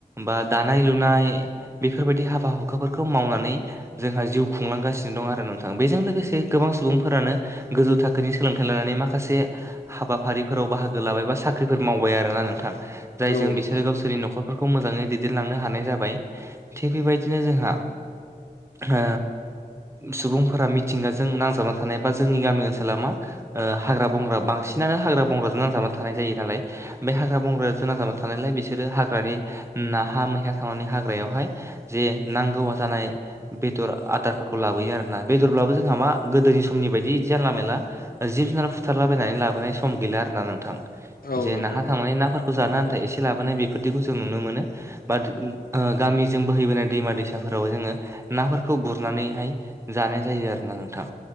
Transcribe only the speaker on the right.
बा दानाय लुनाय बेफोरबायदि हाबा हुखाफोरखौ मावनानै जोंहा जिउ खुंलांगासिनो दं आरो नोंथां बेजों लोगोसे गोबां सुबुंफोरानो गोजौ थाखोनि सोलोंथाइ लानानै माखासे हाबाफारिफोराव बाहागो लाबाय बा साख्रिफोर मावबाय आरो ना नोंथां जायजों
बिसोरो गावसोरनि न'खर फोरखौ मोजाङै दैदेनलांनो हानाय जाबाय थिग बेबायदिनो जोंहा ओ सुबुंफोरा मिथिंगाजों नांजाबना थानाय बा जोंनि गामि ओनसोला मा ओ हाग्रा बंग्रा बांस सिनानो हाग्रा बंग्राजों नांजाबनानै थानाय जायो नालाय बे हाग्रा बंग्र जोना नांजाबा थानायलाय बिसोरो हाग्रानि नाहा मैया थांनानै हाग्रायावहाय जे नांगौ जानाय बेदर आदारफोरखौ लाबोयो आरोना बेदरब्लाबो जोंहा मा गोदोनि समनि बायदि जानला मेनला जिब जुनार फुथारलाबायनानै लाबोनाय सम गैला आरो ना नोंथां
जे
नाहा
थांनानै नाफोर जानो आन्थाइ एसे लाबोनाय बेफोरदिखौ जों नुनो मोनो बा ओ गामिजों बोहैबोनाय दैमा दैसाफोराव जोङो नाफोरखौ गुरनानैहाय जानाय जायो आरोना नोंथां